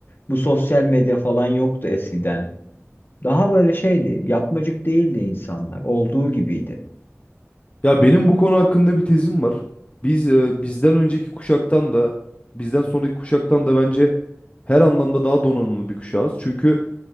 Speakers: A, on the left; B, on the left.
A: Bu sosyal medya falan yoktu eskiden. Daha böyle şeydi, yapmacık değildi insanlar. Olduğu gibiydi.
B: Ya benim bu konu hakkında bir tezim var. Biz e, bizden önceki kuşaktan da bizden sonraki kuşaktan da bence her anlamda daha donanımlı bir kuşağız. Çünkü